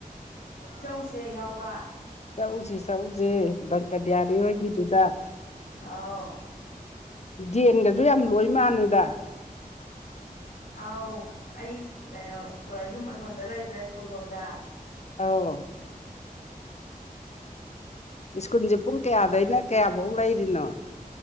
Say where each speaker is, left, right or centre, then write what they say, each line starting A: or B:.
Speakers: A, on the left; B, on the left.
A: ꯆꯧꯁꯦ ꯌꯥꯎꯕ
B: ꯆꯛꯎꯁꯤ ꯆꯛꯎꯁꯦ ꯕꯪꯀꯕꯤꯌꯥꯔꯤ ꯍꯣꯏꯒꯤꯗꯨꯗ
A: ꯑꯧ
B: ꯌꯦꯖꯦꯟꯒꯁꯨ ꯌꯥꯝ ꯂꯣꯏ ꯃꯥꯟꯅꯗ
A: <unintelligible> ꯑꯥꯎ ꯑꯩ ꯀꯩꯅꯣ ꯌꯨꯝ ꯑꯁꯣꯟꯗ ꯂꯩꯕ꯭ꯔ ꯁ꯭ꯀꯨꯜ ꯂꯣꯝꯗ
B: ꯑꯥꯎ ꯁ꯭ꯀꯨꯜꯁꯦ ꯄꯨꯡ ꯀꯌꯥꯗꯩꯅ ꯀꯌꯥꯐꯧ ꯂꯩꯔꯤꯅꯣ